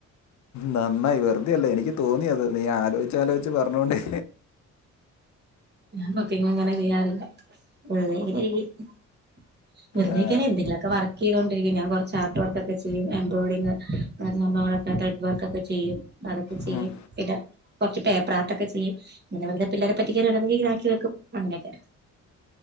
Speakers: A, on the left; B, on the right.
A: നന്നായി വെറുതെ അല്ല എനിക്ക് തോന്നി അത് നീ ആലോയ്ചാലോയ് ച് പറഞ്ഞോണ്ടെ
B: ഞാൻ കുക്കിംഗ്‌ അങ്ങനെ ചെയ്യാറില്ല <unintelligible> വെറുതെയിരിക്കല്ല
A: ആ,
B: എന്തെങ്കിലൊക്കെ വർക്ക്‌ ചെയ്തോണ്ടിരിക്കും ഞാൻ കൊറച്ച് ആപ്പ് വർകൊക്കെ ചെയ്യും, എംബ്രോയ്‌ഡിങ് അങ്ങനത്തെ സംഭവങ്ങളൊക്കെ ത്രെഡ് വർകൊക്കെ ചെയ്യും അതൊക്കെ ചെയ്യും
A: ഉം,
B: പിന്നെ കൊറച്ച് പേപ്പർ ആർട്ടൊക്കെ ചെയ്യും. ഇങ്ങനെ ഒക്കെ പിള്ളേരെ പറ്റിക്കാൻ ഓരോന്നിങ്ങനെ ആക്കി വെക്കും അങ്ങനെ ഒക്കെ